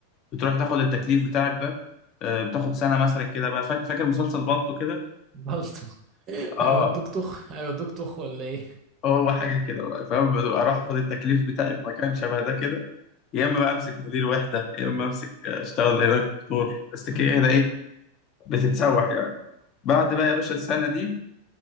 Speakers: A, on the left (about 35°); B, on the right (about 35°).
A: بتروح تاخد التكليف بتاعك ده آه، بتاخد سنه مثلا كده بقى فاكر فاكر مسلسل بالطو كده
B: بلطو <laughs>
A: اه
B: هيودوك طخ هيودوك طخ ولا ايه
A: هو حاجه كده بقى فاهم بتبقى اروح اخد التكليف بتاعي في مكان شبه ده كده يا اما بقى امسك مدير وحده يا اما امسك آه، اشتغل هناك دكتور بس كده
B: <laughs>
A: ايه ده ايه بتتسوح يعني بعد بقى يا باشا السنه دي